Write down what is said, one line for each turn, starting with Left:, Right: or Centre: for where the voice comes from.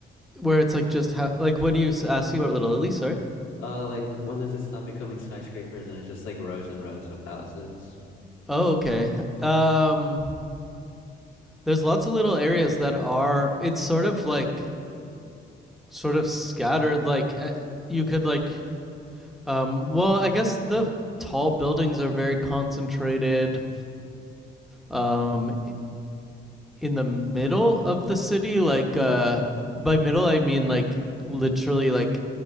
Centre: where it's like just how like what are you asking about Little Italy, sorry?
Left: uh like when does it stop becoming skyscrapers and it's just like rows and rows of houses
Centre: Oh, okay. Um there's lots of little areas that are it's sort of like sort of scattered like eh, you could like um well, I guess the tall buildings are very concentrated um in the middle of the city like uh by middle i mean like literally like